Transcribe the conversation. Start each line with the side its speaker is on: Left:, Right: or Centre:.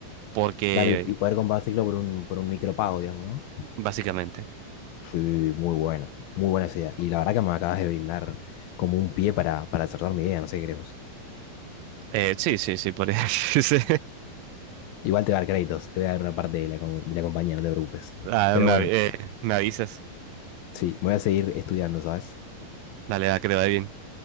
Right: porque
Left: claro, y, y poder compartirlo por un, por un micropago, digamos, ¿no?
Right: básicamente.
Left: Sí, muy buena, muy buena esa idea. Y la verdad que me acabas de brindar como un pie para, para cerrar mi idea, no sé qué crees. vos.
Right: Eh, sí, sí, sí, por eso. <laughs> sí.
Left: Igual te voy a dar créditos, te voy a dar una parte de la, com- de la compañía, no te preocupes.
Right: Ah,
Left: Pero
Right: me,
Left: bueno,
Right: av- eh, me avisas.
Left: sí, me voy a seguir estudiando, ¿sabes?
Right: Dale, va, que te vaya bien.